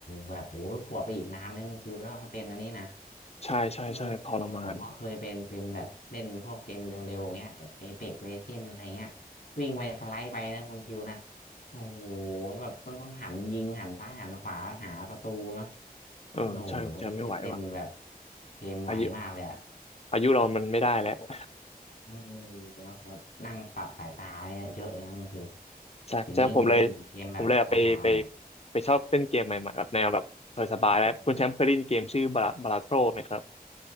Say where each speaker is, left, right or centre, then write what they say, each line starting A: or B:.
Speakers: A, on the left; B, on the left.
A: แบบโอ้ปวดไปอีกนานเลยคุณคิวเนาะถ้าเป็นอันนี้นะ
B: ใช่ใช่ใช่ทรมาน
A: เออผมก็เคยเป็นเป็นแบบเล่นพวกเกมเร็วๆเงี้ยแบบเอเพ็กเลเจนอะไรเงี้ยวิ่งไปสไลด์ไปนะคุณคิวนะโอ้โหแล้วแบบมันต้องหันยิงหันซ้ายหันขวาหาศัตรูเนาะ
B: เออใช่คุณแชมป์ไม่ไหวว่ะ
A: โอ้โหเล่นแบบเกมไวมากเลยอะ
B: อายุอายุเรามันไม่ได้แล้ว <laughs>
A: เออเนาะแล้วนั่งปรับสายตาเนี่ยเยอะเลยนะคุณคิว
B: จากจาผมเลย
A: ทีนี้มาเล่นเกมแบบช้าๆหน่อย
B: ผมเลยแบบไปไปไปชอบเล่นเกมใหม่ๆแบบแนวแบบสบายๆแล้วคุณแชมป์เคยได้ยินเกมชื่อบาราบาราโทรไหมครับ